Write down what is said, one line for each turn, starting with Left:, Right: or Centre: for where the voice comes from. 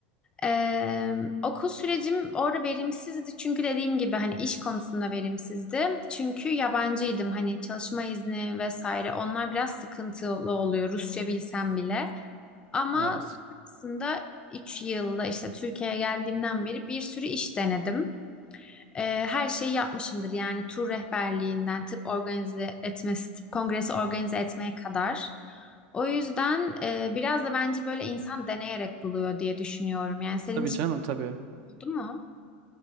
Left: Ee, okul sürecim orada verimsizdi çünkü dediğim gibi hani iş konusunda verimsizdi. Çünkü yabancıydım hani çalışma izni vesaire onlar biraz sıkıntılı oluyor Rusça bilsem bile. Ama
Right: Evet.
Left: sonrasında üç yılda işte Türkiye'ye geldiğimden beri bir sürü iş denedim. Ee, her şeyi yapmışımdır yani tur rehberliğinden tıp organize etmesi, tıp kongresi organize etmeye kadar. O yüzden e, biraz da bence böyle insan deneyerek buluyor diye düşünüyorum. Yani senin
Right: Tabii
Left: hiç
Right: canım tabii.
Left: Oldu mu?